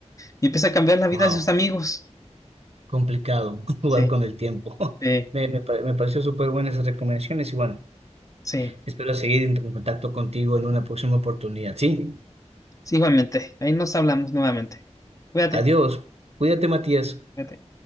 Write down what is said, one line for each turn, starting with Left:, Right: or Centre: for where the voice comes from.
Left: y empieza a cambiar la vida
Right: Wow.
Left: de sus amigos.
Right: Complicado <laughs> jugar
Left: Sí,
Right: con el tiempo. <laughs>
Left: sí,
Right: Me, me, pa- me pareció súper buenas esas recomendaciones y bueno,
Left: sí,
Right: espero seguir en contacto contigo en una próxima oportunidad. Sí,
Left: sí, igualmente. Ahí nos hablamos nuevamente. Cuídate,
Right: adiós. Cuídate, Matías.
Left: cuídate.